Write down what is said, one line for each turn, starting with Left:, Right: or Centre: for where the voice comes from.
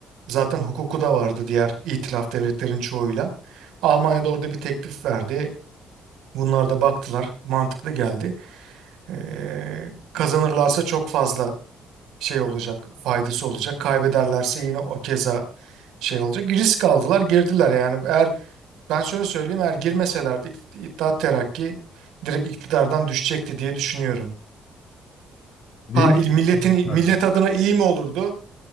Right: zaten hukuku da vardı diğer itilaf devletlerin çoğuyla. Almanya'da orada bir teklif verdi. Bunlar da baktılar, mantıklı geldi. Ee, kazanırlarsa çok fazla şey olacak, faydası olacak. Kaybederlerse yine o keza şey olacak. Risk aldılar, girdiler yani. Eğer ben şöyle söyleyeyim, eğer girmeselerdi İt- İttihat Terakki direkt iktidardan düşecekti diye düşünüyorum.
Left: Büyük
Right: Ha, il
Left: ihtimalle
Right: milletin
Left: çıkardı.
Right: millet adına iyi mi olurdu?